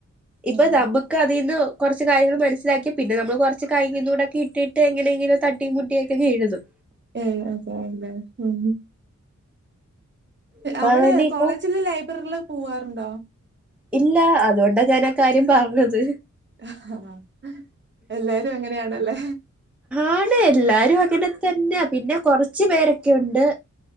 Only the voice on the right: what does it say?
ഉം
ഏഹ് എഹ് അഹ് അതെ അല്ലേ ഉം
അവിടെ
കോളേജിലെ ലൈബ്രറിലൊക്കെ പോവാറുണ്ടോ
<unintelligible> ആഹ് ആഹ് എല്ലാരും അങ്ങനെയാണല്ലേ